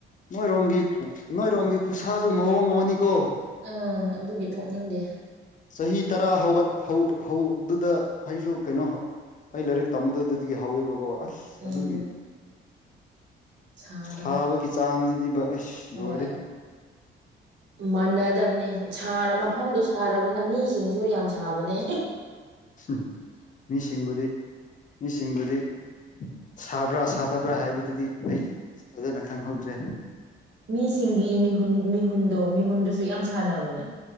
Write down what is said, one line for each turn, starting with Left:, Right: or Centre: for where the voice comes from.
Left: ꯅꯣꯏꯔꯣꯝꯒꯤ ꯅꯣꯏꯔꯣꯝꯒꯤ ꯈꯨꯠꯁꯥꯁꯨ ꯃꯑꯣꯡ ꯑꯃꯅꯤꯀꯣ
Right: ꯑꯪ ꯑꯗꯨꯒꯤ ꯊꯣꯛꯅꯤꯡꯗꯦ
Left: ꯆꯍꯤ ꯇꯔꯥ ꯍꯧꯒꯠ ꯑꯗꯨꯗ ꯑꯩꯁꯨ ꯀꯩꯅꯣ ꯑꯩ ꯂꯥꯏꯔꯤꯛ ꯇꯝꯕꯗ ꯗꯒꯤ ꯍꯧꯋꯦꯕꯀꯣ ꯑꯁ
Right: ꯎꯝ
Left: ꯑꯗꯨꯒꯤ
Right: ꯁꯥꯕꯅꯤ
Left: ꯁꯥꯕꯒꯤ ꯆꯥꯡꯁꯤꯗꯤ ꯕ ꯑꯁ
Right: ꯍꯣꯏ
Left: ꯂꯣꯏꯔꯦ
Right: ꯃꯥꯟꯅꯗꯕꯅꯦ ꯁꯥꯔ ꯃꯐꯝꯗꯣ ꯁꯥꯔꯕꯅꯤꯅ ꯃꯤꯁꯤꯡꯁꯨ ꯌꯥꯝ ꯁꯥꯕꯅꯦ
Left: ꯎ ꯃꯤꯁꯤꯡꯕꯨꯗꯤ ꯃꯤꯁꯤꯡꯕꯨꯗꯤ ꯁꯥꯕ꯭ꯔꯥ ꯁꯥꯗꯕ꯭ꯔꯥ ꯍꯥꯏꯕꯗꯨꯗꯤ ꯑꯩꯗꯤ ꯐꯖꯅ ꯈꯪꯍꯧꯗ꯭ꯔꯦ
Right: ꯃꯤꯁꯤꯡꯒꯤ ꯃꯤꯍꯨꯟ ꯃꯤꯍꯨꯟꯗꯣ ꯃꯤꯍꯨꯟꯗꯨꯁꯨ ꯌꯥꯝ ꯁꯥꯟꯅꯕꯅꯦ